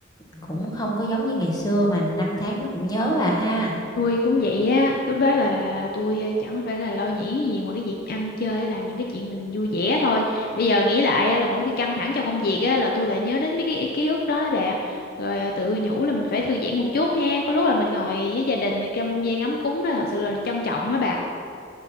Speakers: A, on the left (about 20°); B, on the left (about 50°).
A: cũng không có giống như ngày xưa mà năm tháng nó cũng nhớ bà ha.
B: tôi cũng vậy á lúc đó là tôi à, chẳng phải là lo nghĩ cái gì ngoài cái việc ăn chơi á, làm những cái chuyện mình vui vẻ thôi bây giờ nghĩ lại á, là mỗi khi căng thẳng trong công việc á là tôi lại nhớ đến mấy cái ký ức đó á bà rồi à, tự nhủ là mình phải thư giãn một chút ha có lúc là mình ngồi với gia đình trong không gian ấm cúng đó thật sự là trân trọng á bà